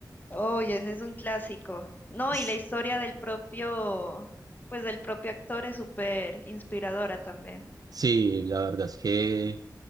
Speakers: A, on the left; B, on the right.
A: Oh, y ese es un clásico. No,
B: <laughs>
A: y la historia del propio, pues del propio actor es súper inspiradora también.
B: Sí, la verdad es que